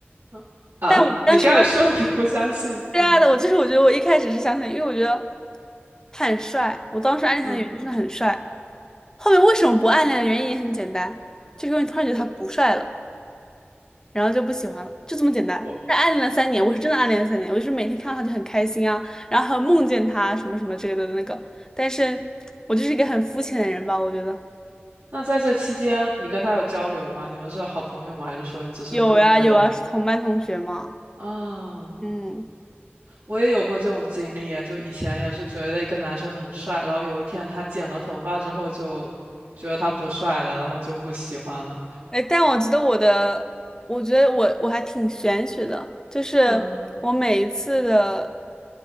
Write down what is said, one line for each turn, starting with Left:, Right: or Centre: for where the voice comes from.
Right: 嗯啊！
Left: 但我但是我
Right: 你刚才说你不相信，
Left: 对啊的，
Right: 嗯
Left: 我就是我觉得我一开始是相信，因为我觉得他很帅，我当时暗恋他的原因就是他很帅，
Right: 嗯，
Left: 后面为什么不暗恋的原因也很简单，就是因为突然觉得他不帅了。
Right: 对，
Left: 然后就不喜欢了，就这么简单。
Right: 我
Left: 但暗恋了三年，我是真的暗恋了三年，我就是每天看到他就很开心啊，然后还有梦见他什么什么之类的那个。但是我就是一个很肤浅的人吧，我觉得
Right: 那在这期间你跟他有交流吗？你们是好朋友吗？还是说你只是默默的
Left: 有呀有啊，是同班同学嘛，
Right: 啊？
Left: 嗯。
Right: 我也有过这种经历耶，就以前也是觉得一个男生很帅，然后有一天他剪了头发之后，就觉得他不帅了，然后就不喜欢了。
Left: 哎，但我觉得我的，我觉得我我还挺玄学的，就是我每一次的
Right: 嗯，